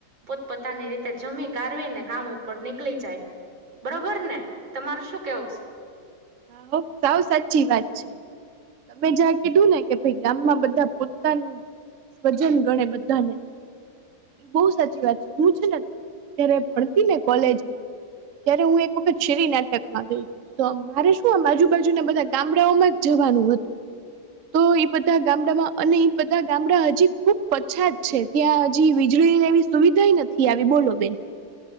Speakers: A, on the right; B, on the right.
A: પોતપોતાની રીતે જમી કારવી ને કામ ઉપર નીકળી જાય બરોબર ને. તમારું શું કેવું છે.
B: હો સાવ સાચી વાત છે તમે જ્યાંરે કીધું ને કે ભાઈ ગામમાં બધા પોતાનું સ્વજન ગણે બધાને. એ બહુ સાચી વાત છે હું છે ને જયારે ભણતી ને કોલેજમાં. ત્યારે હું એક વખત શેરી નાટક. માં રય તો મારે શું આમ બાજુ બાજુના બધા ગામડાઓમાં જ જવાનું હતું. તો એ બધા ગામડામાં અને એ બધા ગામડા હજી ખુબ પછાત છે. ત્યાં હજી વીજળી ને એવી સુવિધા નથી આવી બોલો બેન.